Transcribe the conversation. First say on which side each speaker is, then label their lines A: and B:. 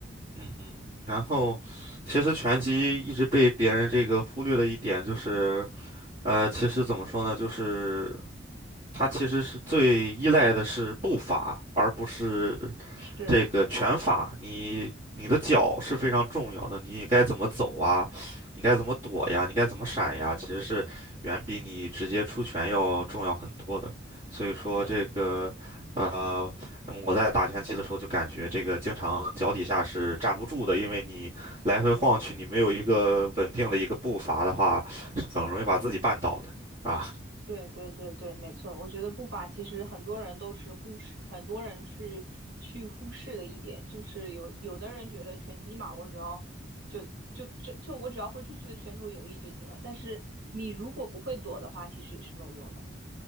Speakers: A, on the right (about 40°); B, on the right (about 75°).
A: 嗯哼然后，其实拳击一直被别人这个忽略的一点就是，呃，其实怎么说呢，就是它其实是最依赖的是步伐，而不是
B: 是，
A: 这个拳法，你你的脚是非常重要的，你该怎么走啊，你该怎么躲呀，你该怎么闪呀，其实是远比你直接出拳要重要很多的。所以说这个，
B: 对。
A: 呃，我在打拳击的时候就感觉这个经常脚底下是站不住的，因为你来回晃去，你没有一个稳定的一个步伐的话，是很容易把自己绊倒的啊。
B: 对对对对，没错。我觉得步伐其实很多人都是忽视，很多人是去忽视的一点，就是有有的人觉得拳击嘛，我只要就就就就我只要挥出去的拳头有力就行了。但是你如果不会躲的话，其实也是没有用的。